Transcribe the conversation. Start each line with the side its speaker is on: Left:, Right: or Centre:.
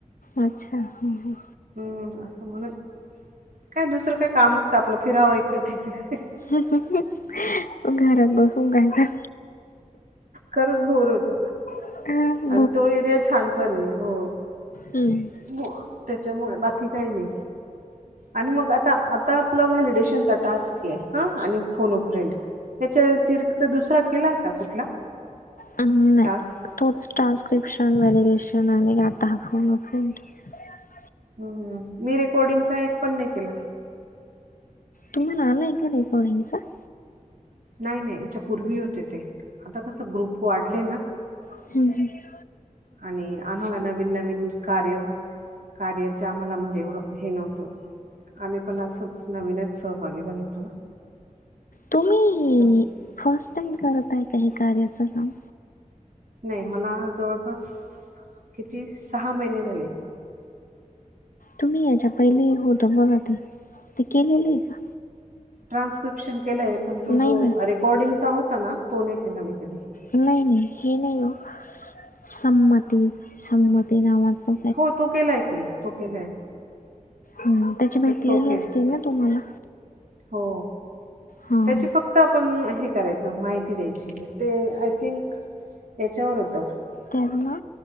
Left: अच्छा हम-हम.
Right: हम्म असं म्हणून, काय दुसरं काय काम नसतं आपलं फिरावं इकडे तिकड.
Left: <unintelligible> घरात बसून काय तर
Right: खरंच बोर होत
Left: तर
Right: आणि तो एरिया छान पण ये. हो.
Left: हम.
Right: बोल त्याच्यामुळ बाकी काय नय आणि मग आता आता. पला व्हॅलिडेशनचा टास्कये हं आणि फोनो फ्रेंड याच्या व्यतिरिक्त दुसरा केलाय का कुठला?
Left: अ ह नाय.
Right: टास्क
Left: तोच ट्रान्स्क्रिप्शन वॉलिडेशन आणि आता हा फोन-अ <inaudible>
Right: <unintelligible> मी रेकॉर्डिंगचा एक पण नाय केला.
Left: तुम्हाला <unintelligible>
Right: नाय नई याच्या पूर्वी होते ते आता कसं ग्रुप वाढले ना.
Left: <unintelligible>
Right: आणि आम्हाला नवीन नवीन कार्य कार्याच्या आम्हाला म्हणजे एवढं हे नव्हतं. आम्ही पण असंच नवीनच सहभागी झालो <inaudible> ना
Left: तुम्ही-ई
Right: त्याच्या
Left: फर्स्ट टाइम करत हाय का हे कार्याचं काम
Right: नाही मला जवळपास किती सहा महिने झाले.
Left: तुम्ही याच्या पहिले होत बघा ते ते केलेले आहे का.
Right: ट्रान्स्क्रिप्शन केलं आहे पण तो
Left: नाही
Right: जो
Left: नाही
Right: रेकॉर्डिंगचा होता ना तो नाही केला मी कधी
Left: नाही नाही हे नाही हो संमती संमती नामाचं
Right: हो तो केलाय की तू केलाय.
Left: ह त्याची भेटलेले
Right: ते तो केल
Left: असतील ना तुम्हाला
Right: हो
Left: हां
Right: त्याची फक्त आत आपण हे करायचं माहिती द्यायची ते आय थिंक याच्यावर होतो.
Left: त्यांना